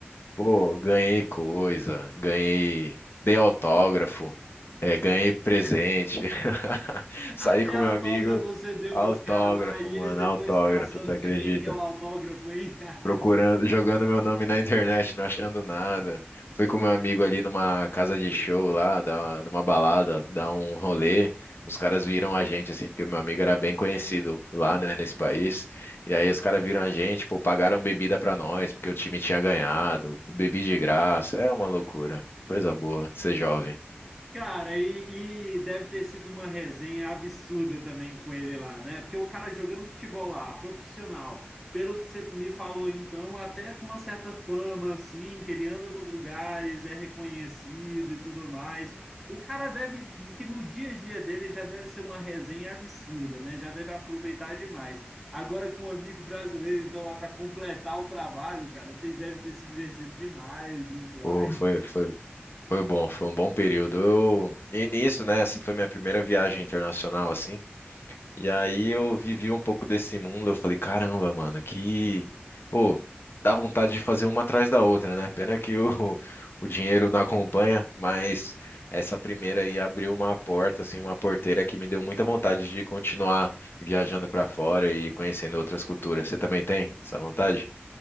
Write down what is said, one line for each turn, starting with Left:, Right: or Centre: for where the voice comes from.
Left: Pô, ganhei coisa, ganhei, dei autógrafo, eh, ganhei
Centre: <laughs>
Left: presente. <laughs> Saí
Centre: Até
Left: com
Centre: autógrafo
Left: meu amigo,
Centre: você deu
Left: autógrafo,
Centre: para os caras lá e
Left: mano,
Centre: eles depois
Left: autógrafo,
Centre: caçando
Left: você acredita?
Centre: de quem que é o autógrafo, hein? <laughs>
Left: procurando, jogando meu nome na internet, não achando nada. Fui com meu amigo ali numa casa de show lá, dar- numa balada, dar um rolê. Os caras viram a gente, assim, porque meu amigo era bem conhecido lá, né, nesse país. E aí os caras viram a gente, pô, pagaram bebida pra nós, porque o time tinha ganhado. Bebi de graça, é uma loucura. Coisa boa, ser jovem.
Centre: Cara, e, e deve ter sido uma resenha absurda também com ele lá, né? Porque o cara jogando futebol lá, profissional, pelo que você me falou então, até com uma certa fama, assim, que ele anda nos lugares, é reconhecido e tudo mais. O cara deve, que no dia a dia dele já deve ser uma resenha absurda, né? Já deve aproveitar demais. Agora com um amigo brasileiro, então, lá para completar o trabalho, cara, vocês devem ter se divertido demais junto lá,
Left: Pô,
Centre: hein?
Left: foi, foi, foi bom, foi um bom período. Eu, e nisso, né, essa foi minha primeira viagem internacional, assim. E aí eu vivi um pouco desse mundo, eu falei, caramba, mano, que, pô, dá vontade de fazer uma atrás da outra, né? Pena que o, <laughs> o dinheiro não acompanha, mas essa primeira aí abriu uma porta, assim, uma porteira que me deu muita vontade de continuar viajando pra fora e conhecendo outras culturas. Você também tem essa vontade?